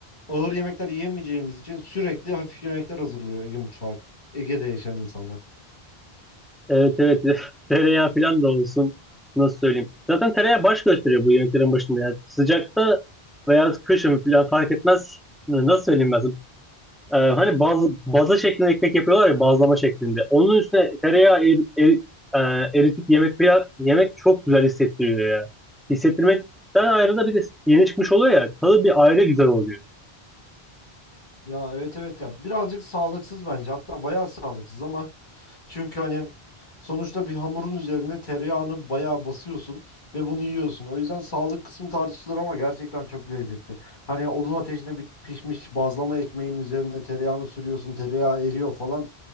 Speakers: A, on the left (about 50°); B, in the centre.
A: ağır yemekler yiyemeyeceğimiz için sürekli hafif yemekler hazırlıyor Ege mutfağı. Ege'de yaşayan insanlar.
B: Evet evet <laughs> tereyağı falan da olsun nasıl söyleyeyim. Zaten tereyağı baş gösteriyor bu yemeklerin başında ya. Sıcakta veya kışın falan fark etmez. Nasıl söyleyeyim ben sana? Ee, hani bazı baza şeklinde ekmek yapıyorlar ya bazlama şeklinde. Onun üstüne tereyağı er, er- e, eritip yemek falan, yemek çok güzel hissettiriyor ya. Hissettirmekten ayrı da bir de yeni çıkmış oluyor ya tadı bir ayrı güzel oluyor.
A: Ya evet evet ya birazcık sağlıksız bence hatta bayağı sağlıksız ama çünkü hani sonuçta bir hamurun üzerinde tereyağını bayağı basıyorsun ve bunu yiyorsun. O yüzden sağlık kısmı tartışılır ama gerçekten çok lezzetli. Hani odun ateşinde bir pişmiş bazlama ekmeğin üzerine tereyağını sürüyorsun tereyağı eriyor falan.